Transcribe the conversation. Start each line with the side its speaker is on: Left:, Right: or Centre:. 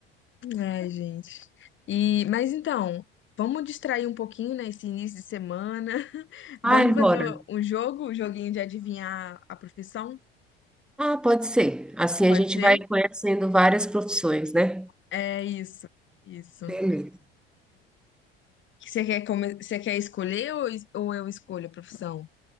Left: Ai, gente. E, mas então, vamos distrair um pouquinho, né, esse início de semana. <laughs> Vamos
Centre: vai embora.
Left: fazer um jogo, um joguinho de adivinhar a profissão?
Centre: Ah, pode ser. Assim
Left: Pode
Centre: a gente
Left: ser?
Centre: vai conhecendo várias profissões, né?
Left: É isso, isso.
Centre: Beleza.
Left: Você quer, come... Você quer escolher ou, es- ou eu escolho a profissão?